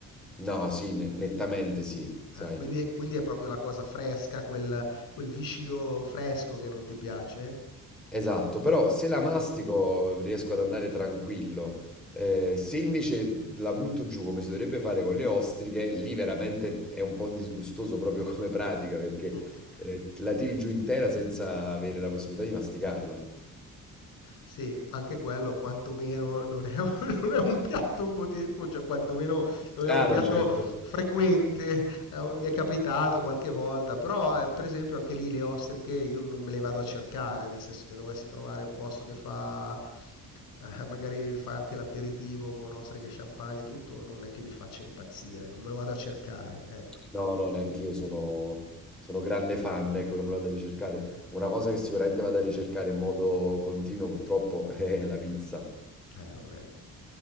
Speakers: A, in the centre; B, on the left.
A: No, sì, ne- nettamente sì, sai.
B: Ah, quindi, quindi è proprio la cosa fresca, quel, quel viscido fresco che non ti piace?
A: Esatto, però se la
B: Anche,
A: mastico riesco ad andare tranquillo. Eh, se invece la butto giù come si dovrebbe fare con le ostriche, lì veramente è un po' disgustoso proprio come pratica perché
B: Mm.
A: eh, la tiri giù intera senza avere la possibilità di masticarla.
B: sì, anche quello quantomeno non è, un <laughs> non è un piatto quotidiano, cioè quantomeno non è
A: Ah
B: un piatto
A: no, certo.
B: frequente, eh, mi è capitato qualche volta, però eh, per esempio anche lì le ostriche io non me le vado a cercare, nel senso che dovessi trovare il posto che fa, eh, magari fa anche l'aperitivo con ostriche, champagne e tutto, non è che mi faccia impazzire, non me lo vado a cercare, ecco.
A: No, no, neanche io sono, sono grande fan, ecco che me lo vado a ricercare. Una cosa che sicuramente vado a ricercare in modo continuo purtroppo <laughs> è la pizza.
B: Eh, vabbè,